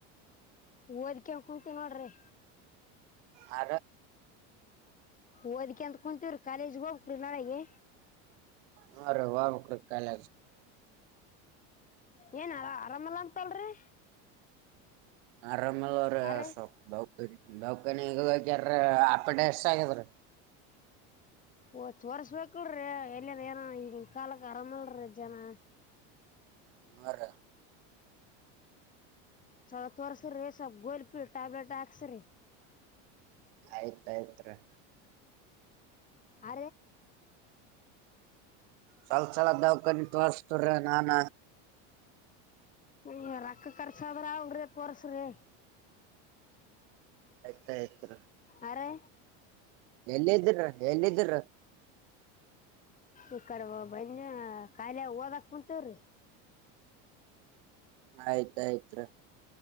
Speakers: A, on the left (about 20°); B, on the right (about 70°).
A: ಓದ್ಕ ಕುೂತಿ ನೋಡ್ರಿ
B: ಆ
A: ಓದ್ಿಕ ಅಂತ ಕುಂತೀವ್ರಿ ಕಾಲೇಜ್ಗೆ ಹೋಗ್್ರಿ ನಾಳಗೆ
B: ಹಾ ರ ವ ಮಳ ಕಾಲ
A: ಏನ ಆರಾಮಲ್ಲ ಅಂತಲ್ರಿ
B: ಆರಾಮದ ಅವ್ರಪ್
A: ಹಾ ರೀ
B: ದೌ ದೌಖಾನಿಗ್ಯಾರ ಆಪಡೆ ಎಷ್ಟ ಆಗ್ಯದ್ರೀ
A: ಓ ತೋರ್ಸ್ಬೇಕಲ್್ರಿ ಎಲ್ಲಿನ್ ಏನ ಈಗನ್ ಕಾಲಕ್ ಆರಾಮಲ್ರಿ ಜನ
B: ಹರ
A: ಹ್ಮ ತೋರ್ಸ್ರಿ ಸ್ಲ್ ಗೋಲ್ಪಿ ಟ್ಯಾಬ್ಲೆಟ್ ಹಾಕ್ಸ್ರಿ
B: ಆಯ್ತ್ ಆಯ್ತ್ರಿ
A: ಆ
B: ಸವಲ್ ಸಲ ದವಕನ್ಿ ತೋರ್ಸ್ತರ್ರ ನಾನ
A: ಹ ರೊಕ್ಕ ಕರ್ಸದ್ರ ಅವಂಗ್ರಿ ತೋರ್ಸ್ರಿ
B: ತತ್ರ
A: ಅರೆ
B: ಎಲ್ಲಿದಿ್ರ ಎಲ್ಲಿದ್ದಿ್ರ
A: ಈ ಕಡೆ ಬಂದ ಖಾಯಿಲೆ ಓದಕ್ ಕುಂಂತವ್ರಿ
B: ಆಯ್ತ್ಾಯ್ತ್